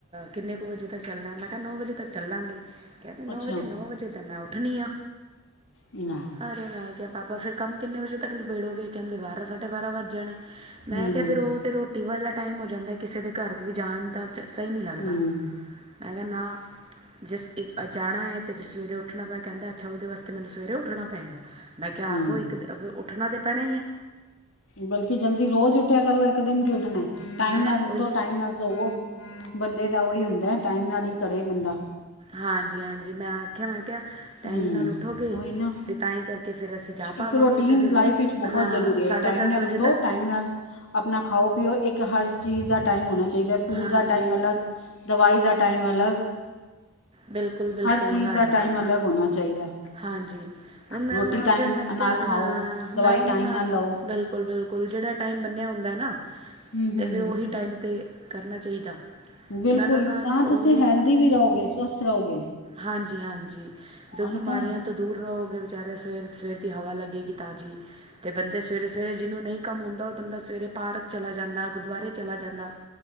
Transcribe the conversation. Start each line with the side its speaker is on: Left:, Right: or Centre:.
Right: ਕਿੰਨੇ ਕੁ ਵਜੇ ਤੱਕ ਚੱਲਣਾ ਏ, ਮੈਂ ਕਿਹਾ ਨੌਂ ਵਜੇ ਤੱਕ ਚੱਲਾਂਗੇ ਕਹਿੰਦੇ, ਨੌ
Left: ਅੱਛਾ
Right: ਵਜੇ-ਨੌ ਵਜੇ ਤਾਂ ਮੈਂ ਉੱਠਣੀ ਆ,
Left: ਲੈ
Right: ਅਰ ਕਿ ਪਾਪਾ, ਫਿਰ ਕੰਮ ਕਿੰਨੇ ਵਜੇ ਤੱਕ ਨਬੇੜੋ ਗੇ, ਕਹਿੰਦੇ, ਬਾਰਾਂ -ਸਾਢੇ -ਬਾਰਾਂ ਵੱਜ ਜਾਣੇ ਮੈਂ
Left: ਹੂੰ
Right: ਕਿਹਾ, ਫਿਰ ਉਹ ਤੇ ਰੋਟੀ ਵਾਲਾ ਟਾਈਮ ਹੋ ਜਾਂਦਾ, ਕਿਸੇ ਦੇ ਘਰ ਵੀ ਜਾਣ ਦਾ ਸਹੀ ਨਹੀਂ ਲੱਗਦਾ,
Left: ਹੂੰ
Right: ਮੈਂ ਕਹਾ ਨਾ ਜਿਸ ਜਾਣਾ ਹੈ ਤੇ, ਫਿਰ ਸਵੇਰੇ ਉੱਠਣਾ ਪਿਆ ਪੈਦਾ ਕਹਿਦਾ, ਅੱਛਾ ਉਹਦੇ ਵਾਸਤੇ ਮੈਨੂੰ ਸਵੇਰੇ ਉੱਠਣਾ ਪਏਗਾ ਮੈਂ ਕਿਹਾ
Left: ਹੂੰ
Right: ਆਹੋ ਇੱਕ ਉੱਠਣਾ ਤਾਂ ਪੈਣਾ ਹੀ ਹੈ
Left: ਬਲਕਿ ਜਲਦੀ ਰੋਜ਼ ਉੱਠਯਾਂ ਕਰੋ ਇੱਕ ਦਿਨ ਉੱਠਣ ਟਾਈਮ
Right: ਹੈਂ
Left: ਨਾਲ ਉੱਠੋ
Right: ਉਹੀ
Left: ਟਾਈਮ ਨਾਲ ਸੋਵੋ ਬੰਦੇ ਦਾ ਉਹੀ ਹੁੰਦਾ ਹੈ ਟਾਈਮ ਨਾਲ ਹੀ ਕਰੇ ਬੰਦਾ
Right: ਹਾਂਜੀ ਹਾਂਜੀ ਮੈਂ ਆਖਿਆ ਮੈਂ ਕਿਹਾ ਟਾਈਮ
Left: ਹੂੰ
Right: ਨਾਲ ਉੱਠੋਗੇ
Left: ਉਹੀ ਨਾ
Right: ਤੇ ਤਾਂਹੀ ਕਰ ਕਿ ਫਿਰ ਅਸੀਂ ਜਾ ਪਾਵਾਂਗੇ
Left: ਇੱਕ ਰੋਟੀਨ
Right: ਅਤੇ ਫਿਰ
Left: ਲਾਈਫ ਵਿੱਚ ਬਹੁਤ
Right: ਹਾਂ
Left: ਜ਼ਰੂਰੀ ਹੈ
Right: ਸਾਢੇ
Left: ਟਾਈਮ
Right: ਦਸ
Left: ਨਾਲ
Right: ਵਜੇ
Left: ਉੱਠੋ
Right: ਤੱਕ
Left: ਟਾਈਮ ਨਾਲ ਆਪਣਾ ਖਾਓ ਪੀਓ ਇੱਕ ਇੱਕ ਹਰ ਚੀਜ਼ ਦਾ ਟਾਈਮ ਹੋਣਾ ਚਾਹੀਦਾ ਫੂਡ
Right: ਹਾਂਜੀ
Left: ਦਾ ਟਾਈਮ ਅਲੱਗ ਦਵਾਈ ਦਾ ਟਾਈਮ ਅਲੱਗ
Right: ਬਿਲਕੁਲ ਬਿਲਕੁਲ
Left: ਹਰ ਚੀਜ਼
Right: ਹਾਂਜੀ
Left: ਦਾ ਟਾਈਮ ਅਲੱਗ ਹੋਣਾ ਚਾਹੀਦਾ
Right: ਹਾਂਜੀ ਹੁਣ ਮੈਂ
Left: ਰੋਟੀ
Right: ਉਹਨੂੰ ਆਖਿਆ
Left: ਟਾਈਮ
Right: ਮੈਂ
Left: ਨਾਲ
Right: ਕਿਹਾ
Left: ਖਾਓ
Right: ਹਾਂ
Left: ਦਵਾਈ
Right: ਮੈਂ ਉਹਨੂੰ
Left: ਟਾਈਮ
Right: ਨਾ
Left: ਨਾਲ ਲਓ
Right: ਬਿਲਕੁਲ ਬਿਲਕੁਲ ਕੋਲ ਜਿੜਾ ਟਾਈਮ ਬੰਨਿਆ ਹੁੰਦਾ ਨਾ ਅਤੇ
Left: ਹੂੰ ਹੂੰ
Right: ਫਿਰ ਉਹੀ ਟਾਈਮ 'ਤੇ ਕਰਨਾ ਚਾਹੀਦਾ
Left: ਬਿਲਕੁਲ
Right: ਮੈਂ ਉਹਨਾਂ ਨਾਲ
Left: ਤਾਂ
Right: ਉਹੀ
Left: ਤੁਸੀਂ ਹੈਲਦੀੀ ਵੀ ਰਹੋਗੇ ਸਵਸਥ ਰਹੋਗੇ
Right: ਹਾਂਜੀ ਹਾਂਜੀ ਦੁੱਖ
Left: ਉਹੀ
Right: ਬਿਮਾਰੀਆਂ
Left: ਤਾਂ ਹੈ।
Right: ਤੋਂ ਦੂਰ ਰਹੋਗੇ ਵਿਚਾਰੇ ਸਵੇਰ ਸਵੇਰ ਦੀ ਹਵਾ ਲੱਗੇਗੀ ਤਾਜ਼ੀ ਤੇ ਬੰਦੇ ਸਵੇਰੇ ਸਵੇਰੇ ਜਿਹਨੂੰ ਨਹੀਂ ਕੰਮ ਹੁੰਦਾ ਉਹ ਬੰਦਾ ਸਵੇਰੇ ਪਾਰਕ ਚਲਾ ਜਾਂਦਾ ਗੁਰਦੁਆਰੇ ਚਲਾ ਜਾਂਦਾ